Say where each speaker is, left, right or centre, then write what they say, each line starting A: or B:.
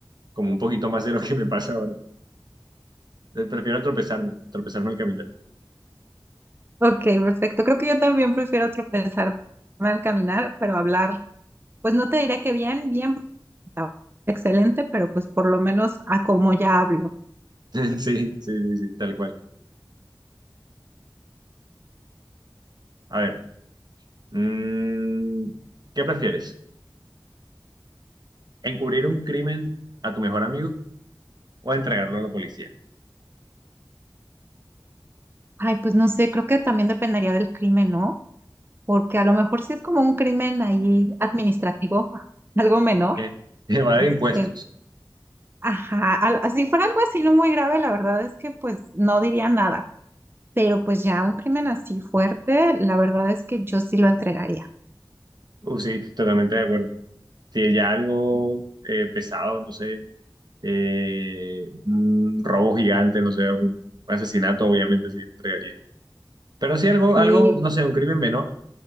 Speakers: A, on the right (about 60°); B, on the right (about 25°).
A: como un poquito más de lo que me pasa ahora. Eh, Prefiero tropezarme, tropezarme al caminar. <laughs>
B: Ok, perfecto. Creo que yo también prefiero tropezarme al caminar, pero hablar. pues no te diré que bien, bien, excelente, pero pues por lo menos a cómo ya hablo.
A: Sí, sí, sí, sí, tal cual. A ver, mm, ¿qué prefieres? ¿Encubrir un crimen a tu mejor amigo o entregarlo a la policía? <laughs>
B: Ay, pues no sé, creo que también dependería del crimen, ¿no? Porque a lo mejor si es como un crimen ahí administrativo, algo menor,
A: Eh, evade
B: este,
A: impuestos.
B: ajá, al- si fuera algo así no muy grave, la verdad es que pues no diría nada, pero pues ya un crimen así fuerte, la verdad es que yo sí lo entregaría.
A: Uh, sí, totalmente de acuerdo. Si ya algo eh, pesado, no sé, eh, un robo gigante, no sé, un asesinato, obviamente sí entregaría. Pero si algo,
B: Sí,
A: algo, no sé, un crimen menor,